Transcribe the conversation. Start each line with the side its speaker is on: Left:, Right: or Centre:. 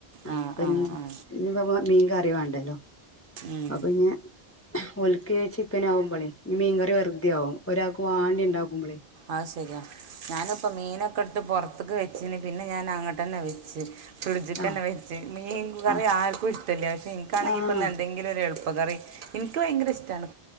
Left: അപ
Right: ആ ആ
Left: ഞ്ഞി
Right: ആ
Left: ഞ്ഞിപ്പോ മീൻക റി റി വേണ്ടല്ലോ
Right: ഉം.
Left: അപ്പൊ ഞ് ഓല്ക് ചിക്കാനാഉമ്പള് മീൻ കറി വെറുത ആകും ഒരാൾക്ക് വാണ്ടി ണ്ടാക്കുമ്പളേ
Right: അ ശരിയാ ഞാനിപ്പ മീനൊക്കെ എടുത്ത് പുൊറത്ക്ക് വെചിന് പിന്നെ ഞാൻ അങ്ങട്ട് തന്നെ വെച്ച് ഫ്രിഡ്ജ് കെന്നെ
Left: ആ
Right: വെച്ച് മീൻകറി
Left: ആ
Right: ആർക്കും ഇഷ്ടല്ല പക്ഷെ ഇൻക്കാണെങ്കിൽ
Left: ആ
Right: ഇപ്പൊ എന്തെങ്കിലും ഒരു എളുപ്പം പ്പ കറി ഇൻക്ക് ഭയങ്കര ഇഷ്ടണ്